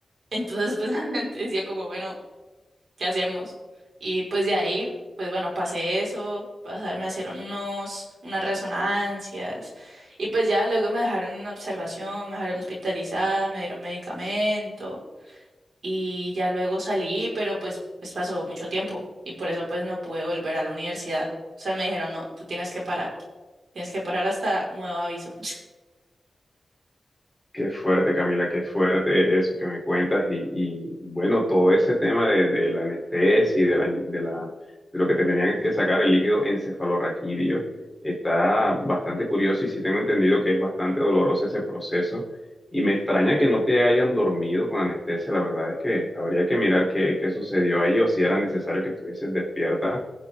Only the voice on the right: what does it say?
Entonces pues <laughs> la gente decía como, bueno, ¿qué hacemos? Y pues de ahí, pues bueno, pasé eso, pasar, me hicieron unos, unas resonancias. Y pues ya luego me dejaron en observación, me dejaron hospitalizada, me dieron medicamento y ya luego salí, pero pues, pues pasó mucho tiempo y por eso pues no pude volver a la universidad. O sea, me dijeron, no, tú tienes que parar, tienes que parar hasta nuevo aviso. <laughs>